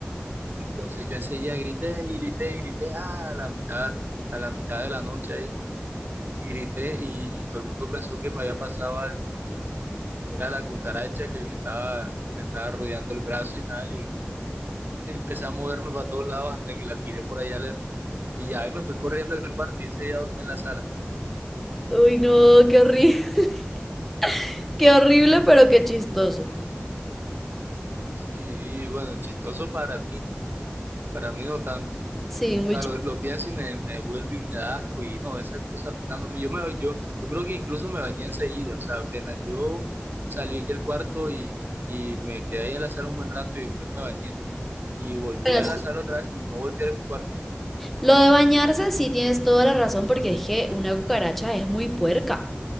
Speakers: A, on the right (about 55°); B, in the centre.
A: Entonces yo enseguida grité y grité y grité ah, a la mitad, a la mitad de la noche ahí, y grité y, y todo el mundo pensó que me había pasado algo. Y Era la cucaracha que me estaba, me estaba rodeando el brazo y nada, yo empecé a moverme para todos lados hasta que la tiré por allá lejos. Y ya ahí me fui corriendo del cuarto y ese día dormí en la sala.
B: Uy, no, qué horrible. <laughs> Qué horrible, pero qué chistoso.
A: Sí, y bueno, chistoso para ti, para mí no tanto.
B: Sí,
A: O
B: muy
A: sea,
B: chistoso.
A: lo, lo pienso y me, me vuelve y me da asco y no, esa cosa tocándome. Yo, me, yo, yo creo que incluso me bañé enseguida, o sea, apenas yo salí del cuarto y, y me quedé ahí en la sala un buen rato y después me bañé. Y volví
B: Bueno,
A: a la
B: sí.
A: sala otra vez y no volví al cuarto.
B: Lo de bañarse, sí tienes toda la razón, porque es que una cucaracha es muy puerca.